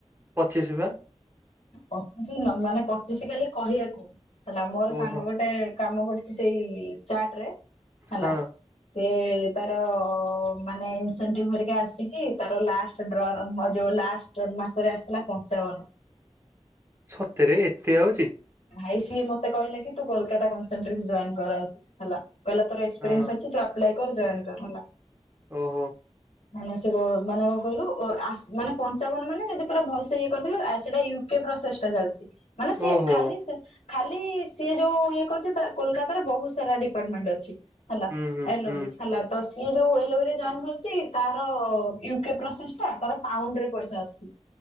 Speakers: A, on the right; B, on the left.
A: ପଚିଶି ପା।
B: ପଚିଶି ନ ମାନେ ପଚିଶି କାଲି କହିବାକୁ ହେଲା ମୋର
A: ଓହୋ
B: ସାଙ୍ଗ ଗୋଟେ କାମ କରୁଛି ସେଇ ଚାର୍ଟରେ ହେଲା।
A: ହଁ।
B: ସିଏ ତାର ମାନେ ଇନସେଣ୍ଟିଭ ଧରିକି ଆସିକି ତାର ଲାଷ୍ଟ ଡ୍ରର ଯୋଉ ଲାଷ୍ଟ ମାସରେ ଆସିଲା ପଞ୍ଚାବନ।
A: ସତରେ ଏତେ ଆଉଚି।
B: ଭାଇ ସିଏ ମତେ କହିଲେ କି ତୁ କୋଲକାତା କାନ୍ସନଟ୍ରିକ୍ସ ଜଏନ୍ କର, ଆସି ହେଲା କହିଲା ତୋର ଏକ୍ସପ୍ରେନ୍ସ
A: ହଁ
B: ଅଛି ତୁ ଆପ୍ଲାୟ ଜଏନ୍ କର ହେଲା।
A: ଓହୋ
B: ମାନେ ସେ କ ମାନେ କଣ କହିଲୁ ଓ ଆସେ ମାନେ ପଞ୍ଚାବନ ମାନେ ଯଦି ପୁରା ଭଲ ସେ ଇଏ କରିଥିବେ ସେଟା ୟୁ କି ପ୍ରଚେଷ୍ଟା ଚାଲିଛି ମାନେ ସିଏ
A: ଓହୋ
B: ଖାଲି ସିଏ ଯୋଉ ଇଏ କରୁଛି ତା କୋଲକାତାରେ ବହୁତ ସାରା ଡିପାର୍ଟମେଣ୍ଟ ଅଛି। ହେଲା
A: ହୁଁ ହୁଁ
B: ଆଇଲୋବି
A: ହୁଁ।
B: ହେଲା ତ ସି ଇଏ ଯୋଉ ଏଲୋବେରୀରେ ଜଏନ କରିଛି ତାର ୟୁକେ ପ୍ରୋସେସଟା ତାର ପାଉଣ୍ଡରେ ପଇସା ଆସୁଛି।